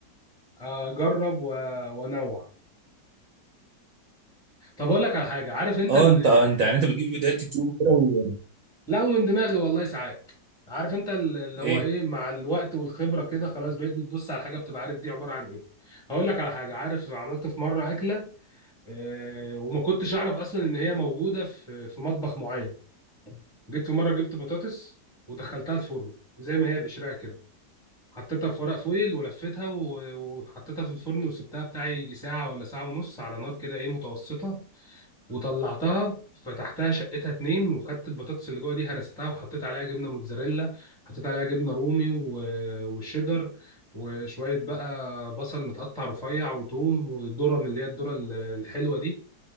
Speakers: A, in the centre; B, on the right.
A: اجرب و... وانوع طب اقول لك على حاجة عارف انت
B: اه
A: ال...
B: انت انت يعني انت بتجيب فيديوهات يوتيوب وكده و-
A: لا ومن دماغي والله ساعات عارف انت ال- اللي هو
B: ايه
A: ايه مع الوقت والخبرة كده خلاص بقيت بتبص على حاجة بتبقى عارف دي عبارة عن ايه هقول لك على حاجة عارف عملت في مرة أكلة آه، وما كنتش اعرف اصلا ان هي موجوده في في مطبخ معين جيت في مره جبت بطاطس ودخلتها الفرن زي ما هي بقشرها كده حطيتها في ورق فويل ولفيتها و- وحطيتها في الفرن وسبتها بتاع يجي ساعه ولا ساعه ونص على نار كده ايه متوسطه وطلعتها فتحتها شقتها اتنين وخدت البطاطس اللي جوه دي هرستها وحطيت عليها جبنه موتزاريلا حطيت عليها جبنه رومي و- وشيدر وشويه بقى بصل متقطع رفيع وتوم وذره من اللي هي الذره الحلوه دي